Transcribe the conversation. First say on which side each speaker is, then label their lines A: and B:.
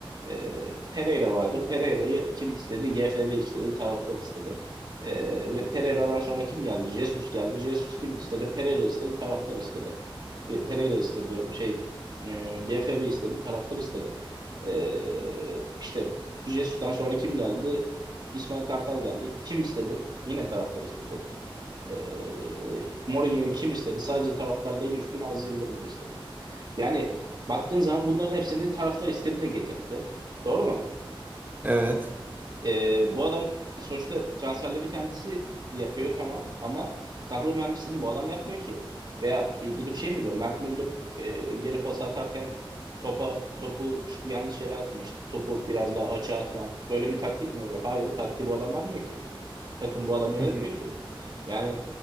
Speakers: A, on the right; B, on the right.
A: E, Pereira vardı. Pereira'yı kim istedi? GFB istedi. Taraftar istedi. E, ve Pereira'dan sonra kim geldi? Jesus geldi. Jesus kim istedi? Pereira istedi. Taraftar istedi. E, Pereira istedi diyorum. Şey e, GFB istedi. Taraftar istedi. E, işte Jesus'tan sonra kim geldi? İsmail Kartal geldi. Kim istedi? Yine taraftar istedi. Ee, Mourinho'yu kim istedi? Sadece taraftar değil üstüne Aziz Yıldırım da istedi. Yani baktığın zaman bunların hepsini taraftar istedi de getirtti. Doğru mu?
B: Evet.
A: Ee, bu adam sonuçta transferleri kendisi yapıyor tamam ama kadro mühendisliğini bu adam yapmıyor ki. Veya e, gidip şey mi diyor? Mert Müldür e, geri pas atarken topa topu yanlış yere atma işte topu biraz daha açığa atma. Böyle bir taktik mi veriyor? Hayır taktiği bu adam vermiyor ki. Takım bu adam yönetmiyor
B: Hı hı.
A: ki. Yani